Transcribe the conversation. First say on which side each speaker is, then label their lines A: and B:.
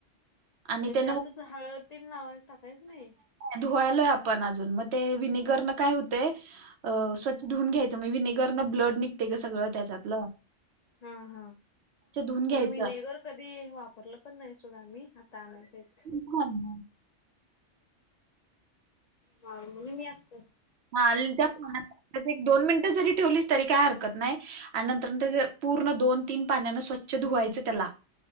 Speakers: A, on the right; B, on the left.
A: आणि
B: मग
A: त्याने
B: त्यातच हळद तेन लावायचं टाकायच नाही.
A: धुवायलोय आपण अजून मग ते विनेगर न काय होतय अ स्वच्छधून घ्यायचं म विनेगरं ब्लड निघते ग सगळं त्याच्यातलं.
B: हा हा.
A: स्वच्छ धुवून घ्यायचं
B: <unintelligible> विनेगर कधी वापरलं पण नाही सोडा आम्ही आता आणय पाजे.
A: ह ना.
B: हा मी मी असतेस.
A: हा <unintelligible> एक दोन मिनिटं जरी ठेवलीस तरी काय हरकत नाही. आणि नंतर न त्याज पूर्ण दोन तीन पाण्यान स्वच्छ धुवायचं त्याला.